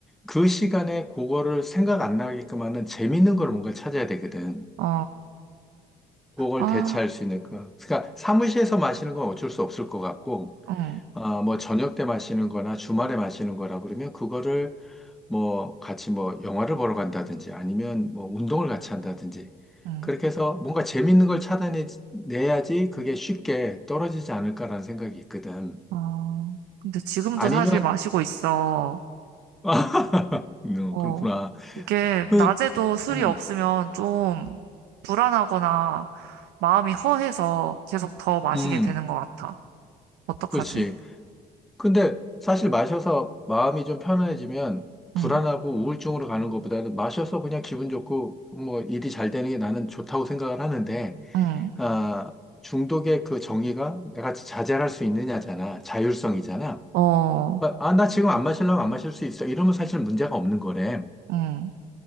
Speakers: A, in the centre; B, on the right.
A: 그 시간에 그거를 생각 안 나게끔 하는 재밌는 걸 뭔가를 찾아야 되거든.
B: 어,
A: 그걸
B: 아,
A: 대체할 수 있는 거. 그러니까 사무실에서 마시는 건 어쩔 수 없을 것 같고
B: 응.
A: 아, 뭐 저녁 때 마시는 거나 주말에 마시는 거라 그러면 그거를 뭐 같이 뭐 영화를 보러 간다든지 아니면 뭐 운동을 같이 한다든지
B: 응.
A: 그렇게 해서 뭔가 재밌는 걸 차단해 내야지 그게 쉽게 떨어지지 않을까라는 생각이 있거든.
B: 아, 근데 지금도
A: 아니면
B: 사실 마시고 있어.
A: <laughs> 아, 음,
B: 어,
A: 그렇구나.
B: 이게
A: 그
B: 낮에도 술이
A: 음,
B: 없으면 좀 불안하거나 마음이 허해서 계속 더 마시게
A: 음,
B: 되는 것 같아. 어떡하지?
A: 그렇지. 근데 사실 마셔서 마음이 좀 편해지면 불안하고
B: 응,
A: 우울증으로 가는 것보다는 마셔서 그냥 기분 좋고 뭐 일이 잘 되는 게 나는 좋다고 생각을 하는데
B: 응,
A: 아, 중독의 그 정의가 내가 자제할 수 있느냐잖아. 자율성이잖아.
B: 어,
A: 그러니까, 아, 나 지금 안 마실라면 안 마실 수 있어. 이러면 사실 문제가 없는 거래.
B: 응.